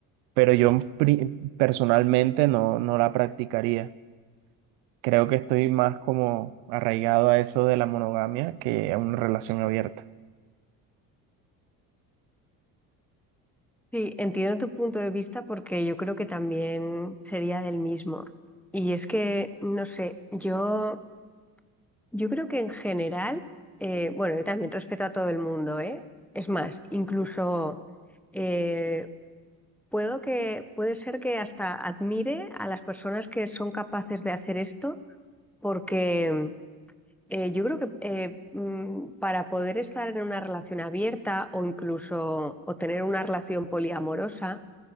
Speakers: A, on the right; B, in the centre.
A: pero yo pri- personalmente no, no la practicaría. Creo que estoy más como arraigado a eso de la monogamia que a una relación abierta.
B: Sí, entiendo tu punto de vista porque yo creo que también sería del mismo. Y es que, no sé, yo Yo creo que en general, eh, bueno, yo también respeto a todo el mundo, ¿eh? Es más, incluso eh, puedo que, puede ser que hasta admire a las personas que son capaces de hacer esto, porque eh, yo creo que eh, mm, para poder estar en una relación abierta o incluso o tener una relación poliamorosa,